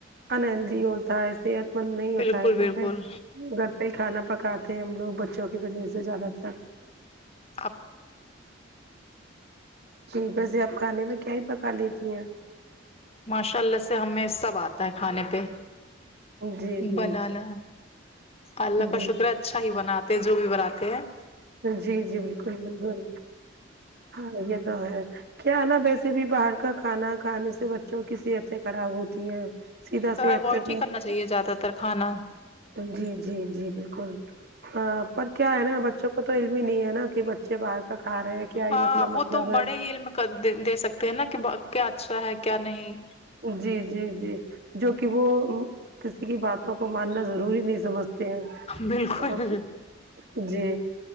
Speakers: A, on the right; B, on the left.
A: انہلدی ہوتا ہےے مند نہیں ہوتا
B: بالکل
A: ہے تو
B: بالکل
A: میں کئی کھانا پکاتے ہیں ہم لوگ بچوں کی وجہ سے زیادہ تر
B: آپ <inaudible>
A: جی بسے آپ کھانے میں کیا ہی پکا لیتی ہیں
B: ماشاء اللہ سے ہمیں سب آتا ہے کھانے پہ
A: جی جی
B: بنانا
A: جی
B: اللہ
A: جی
B: کا شکر ہے اچھا ہی بناتے ہیں جو بھی بناتے ہیں
A: جی جی بالکل بالکل ہاں یہ تو ہے کیا نا ویسے بھی باہر کا کھانا کھانے سے بچوں کی صحتیں خراب ہوتی ہیں سیدھا
B: کا
A: صحت
B: اوائڈ
A: پہ فرق۔
B: ہی کرنا چاہیے زیادہ تر کھانا
A: جی جی جی بالکل پر کیا ہے نا بچوں کو تو بھی نہیں ہے نا کہ بچے باہر کا کھا رہے ہیں کیا ہی
B: ہاں
A: مطلب
B: وہ
A: مطلب
B: تو
A: ہے
B: بڑے ہی علم دے سکتے ہیں نا کہ کیا اچھا ہے کیا نہیں
A: جی جی جی جو کہ وہ کسی کی باتوں کو ماننا ضروری نہیں سمجھتے ہیں
B: بالکل
A: جی